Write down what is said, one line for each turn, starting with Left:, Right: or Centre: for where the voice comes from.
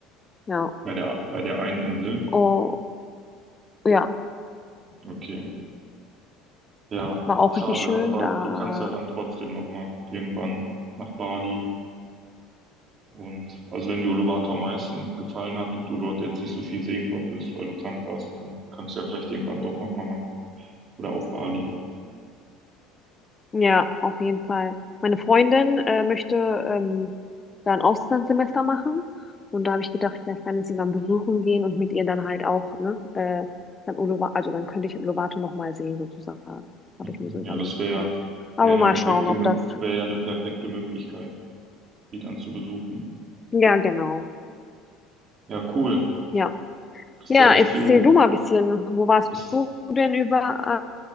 Left: Ja,
Right: Bei der, bei der einen Insel.
Left: oh, ja,
Right: Okay. Ja,
Left: war auch
Right: schade,
Left: richtig schön.
Right: aber
Left: Da
Right: du kannst ja dann trotzdem nochmal irgendwann nach Bali. Und also wenn dir Uluwatu am meisten gefallen hat und du dort jetzt nicht so viel sehen konntest, weil du krank warst, dann kannst du ja vielleicht irgendwann doch nochmal nach oder auf Bali.
Left: Ja, auf jeden Fall. Meine Freundin äh, möchte ähm, da ein Auslandssemester machen. Und da habe ich gedacht, vielleicht kann ich sie dann besuchen gehen und mit ihr dann halt auch, ne, äh, dann Uluwatu, also dann könnte ich Uluwatu nochmal sehen, sozusagen. Habe
Right: Mhm.
Left: ich mir so
Right: Ja,
Left: überlegt
Right: das wäre
Left: gehabt. Aber
Right: wär wär eine
Left: mal
Right: perfekte,
Left: schauen, ob das.
Right: wäre ja eine perfekte Möglichkeit, die dann zu besuchen.
Left: Ja, genau.
Right: Ja, cool.
Left: Ja.
Right: Bist
Left: Ja,
Right: ja echt
Left: erzähl
Right: viel. ru-
Left: du mal ein bisschen, wo warst
Right: Bist,
Left: du denn überall